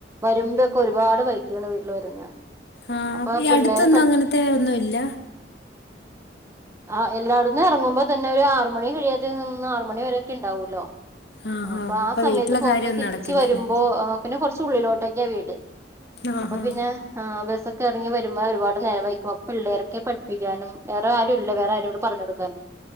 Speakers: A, on the right; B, on the left.
A: വരുമ്പൊക്കെ ഒരുപാട് വൈകിയാണ് വീട്ടില് വരുന്നത്
B: ആ
A: അപ്പൊ
B: ഈ
A: പിള്ളേരെ
B: അടുത്തൊന്നും അങ്ങനത്തെ ഒന്നും ഇല്ല
A: ആ എല്ലായിടന്നും ഇറങ്ങുമ്പോ തന്നെ ഒരു ആറുമണി കഴിയാത നി മണി വരൊക്കെണ്ടാവൂല്ലോ
B: ആഹ്
A: അപ്പൊ
B: ആഹ്
A: ആ സമയത്ത്
B: വീട്ടിലെ
A: പോന്നത്
B: കാര്യമൊന്നും
A: തിരിച്ച്
B: നടക്കില്ലല്ലേ
A: വരുമ്പോ പിന്നെ കുറച്ച് ഉള്ളിലോട്ടൊക്കെയാ വീട്
B: ആഹ്
A: അപ്പൊ
B: ആഹ്
A: പിന്നെ ആ ബസ്സ്‌ ക്കെ ഇറങ്ങി വരുമ്പോ ഒരുപാട്നേരം വയ്കും പിള്ളേരെക്കെ പഠിപ്പിക്കാനും വേറെ ആരും ഇല്ല വേറെ ആരും ഇവിടെ പറഞ്ഞ് കൊടുക്കാനും